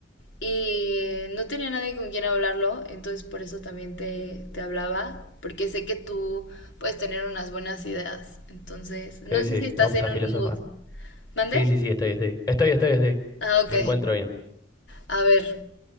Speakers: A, on the left; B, on the left.
A: y no tenía nadie con quien hablarlo, entonces por eso también te, te hablaba, porque sé que tú puedes tener unas buenas ideas. Entonces, no
B: Sí, sí,
A: sé si estás
B: me gusta
A: en
B: filosofar.
A: un mood. ¿Mande?
B: Sí, sí, sí, estoy, estoy. Estoy, estoy, estoy.
A: Ah, ok.
B: Me encuentro bien.
A: A ver.